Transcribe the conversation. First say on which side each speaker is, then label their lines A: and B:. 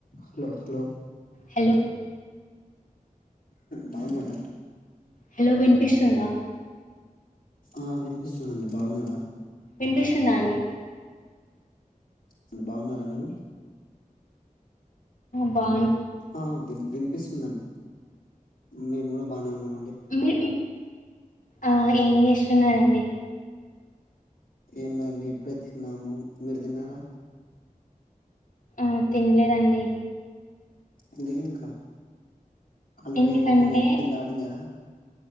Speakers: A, on the left; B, on the left.
A: Hello hello
B: hello
A: బాగున్నారా
B: hello వినిపిస్తుందా
A: ఆ వినిపిస్తుందిండి బాగున్నరా
B: వినిపిస్తుందా అండి
A: అంటే బాగున్నారా మీరు
B: బా
A: ఆ వి వినిపిస్తుందండి మేము కూడా బానే ఉన్నాం
B: మ ఆ ఏం చేస్తున్నండి
A: ఏం లేండి ఇప్పుడే తిన్నాము మీరు తిన్నారా
B: ఆ తినలేదండి
A: అందుకే ఇంకా ఆల్రెడీ
B: ఎందుకంటే
A: టెన్ టెన్ దాటింది కదా